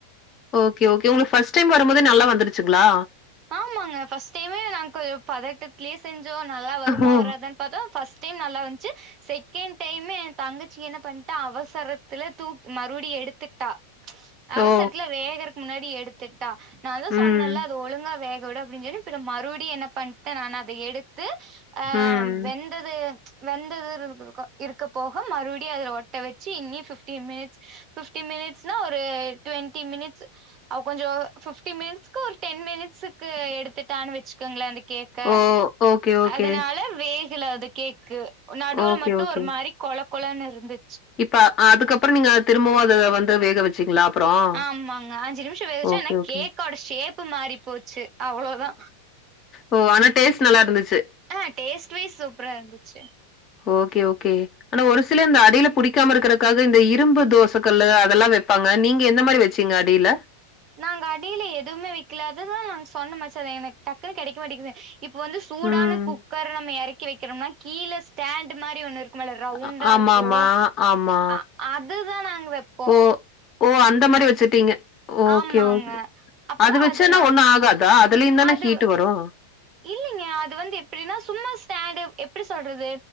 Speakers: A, on the left; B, on the right.
A: ஓகே ஓகே உங்குளுக்கு ஃபர்ஸ்ட் டைம் வரும்போதே நல்லா வந்துருச்சுங்களா
B: ஆமாங்க ஃபர்ஸ்ட் டைமே நாங் கொஞ்ச பதட்டத்லயே செஞ்சோ நல்லா வருமா
A: ஓ!
B: வராதான் பாத்தா ஃபஸ் டைம் நல்லா வந்த்ச்சு செகண்ட் டைம் எந்தங்கச்சி என்ன பண்ட்டா அவசரத்துல தூக் மறுபடி எ எடுத்துட்டா அவசரத்துல
A: ஓ!
B: வேகறக் முன்னாடி எடுத்துட்டா நா தா சொன்னேல்ல
A: ம்.
B: அது ஒழுங்கா வேக விடு அப்டின் சொல்லி திரும் மறுப்டி என்ன பண்ட்டேனா நா அத எடுத் து ஆ
A: ம்.
B: வெந்தது வெந்தது இருஇருஇருக்க இருக்க போக மறுப்டி அத ஒட்ட வச்சு இன்னி ஃபிஃப்டி மினிட்ஸ் ஃபிஃப்டி மி னிட்ஸ்னா ஒரு ட்வெண்டி மினிட்ஸ் ஆ கொஞ்சோ ஃபிஃப்டி மினிட்ஸ்கொர் டென் மினிட்ஸுக் கு எடுத்துட்டான் வச்சுக்கோங்ளே அந்த கேக்க
A: ஓ! Okay, okay.
B: அதனால வே க்ல அது கேக்கு நடுல
A: ஓகே,
B: மட்டூ
A: ஓகே.
B: ஒரு மாரி கொழ கொழன்னுர்ந்து
A: இப்ப அதுக்கப்றோ நீங்க திரும்பவூ அத வந்து வேக வச்சீங்களா அப்புறம்?
B: ஆமாங்க அஞ்சு நிமிஷோ வேகவ்ச்சே
A: ஓகே,
B: ஆனா
A: ஓகே.
B: கேக்கோட ஷேப்பு மாறி போச்சு அவ்ளோதா
A: ஓ! ஆனா டேஸ்ட் நல்லா இருந்துச்சு.
B: ஆ டேஸ்ட் வைஸ் சூப்ராந்துச்சு
A: ஓகே ஓகே ஆனா ஒரு சில இந்த அடியில புடிக்காம இருக்கிறக்காக இந்த இரும்பு தோஸ் சக்கல்லு அதெல்லா வெப்பாங்க நீங்க எந்த மாரி வச்சீங்க அடியில
B: நாங்க அடியில எதுவுமே வக்கலாதுதா நாங்க சொன்னமாச்சேதா எனக்கு டக்குன்னு கெடைக்க மாட்டேக்குது இப்ப வந்து சூடான
A: ம்
B: குக்கர் நம்ம எறக்கி வெக்கிறோம்னா கீழே ஸ்டாண்டு மாரி ஒன்னுர்க் க்மேல ரவுண்டாருக்கூ
A: அ ஆமாமா, ஆமா.
B: ஆ அதுதா நாங் வெப்போ
A: ஓ ஓ அந்த மாரி வச்சுட்டீங்க ஓகே
B: ஆமாங்க
A: ஓகே
B: அப்றோ
A: அது வச்சன்னா
B: நா
A: ஒன்னு ஆகாதா அதுலத்தானா
B: அது
A: ஹீட் வரும் <inaudible>
B: இல்லைங்க அது வந்து எப்படின்னா சும்மா ஸ்டாண்ட் எப்படி சொல்றது